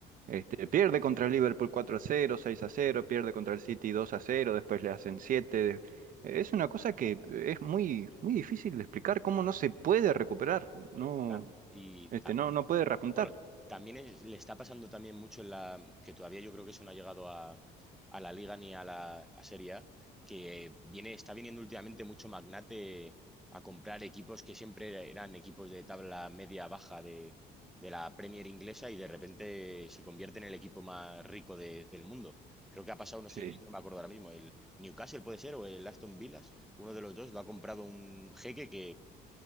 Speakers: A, on the right (about 55°); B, in the centre.
A: este, pierde contra el Liverpool 4 a cero, seis a cero, pierde contra el City 2 a cero, después le hacen siete, Es
B: sí.
A: una cosa que es muy, muy difícil de explicar cómo no se puede recuperar, no,
B: Tam- Y
A: este, no, no puede repuntar.
B: Bueno, también es- le está pasando también mucho en la que todavía yo creo que eso no ha llegado a, a la Liga ni a la a Serie A, que viene, está viniendo últimamente mucho magnate a comprar equipos que siempre eran equipos de tabla media baja de, de la Premier inglesa y de repente se convierte en el equipo más rico de- del mundo. Creo que ha pasado, no
A: Sí,
B: sé, es que no me acuerdo ahora mismo, el Newcastle puede ser o el Aston Villa, uno de los dos lo ha comprado un jeque